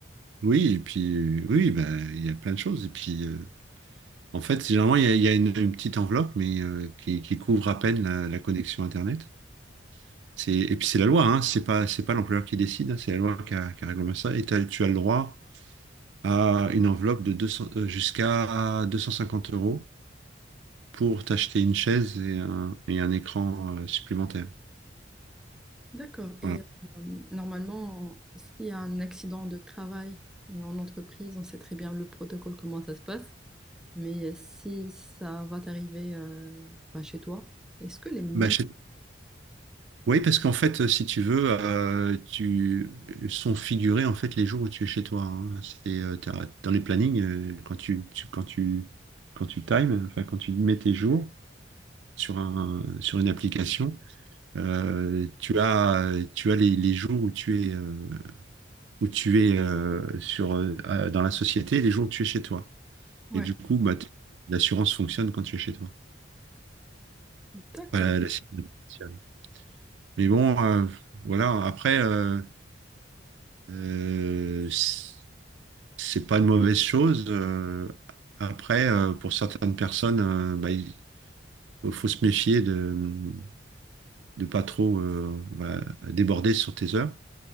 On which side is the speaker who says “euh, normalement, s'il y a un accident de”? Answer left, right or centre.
Centre